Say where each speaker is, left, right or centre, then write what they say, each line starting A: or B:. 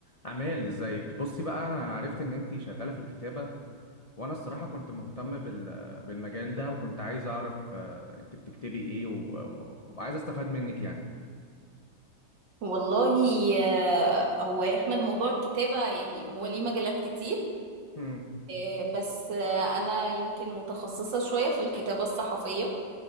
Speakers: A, on the left; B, on the right.
A: أمال ازيك بصي بقى انا عرفت ان انتي شغالة في الكتابة وانا الصراحة كنت مهتم بال... بالمجال ده وكنت عايز اعرف آه، انت بتكتبي ايه و... وعايز استفاد منك يعني
B: والله آه، هو يا احمد موضوع الكتابة يعني هو ليه مجالات كتير
A: امم
B: آه، بس آه، انا يمكن متخصصة شوية في الكتابة الصحفية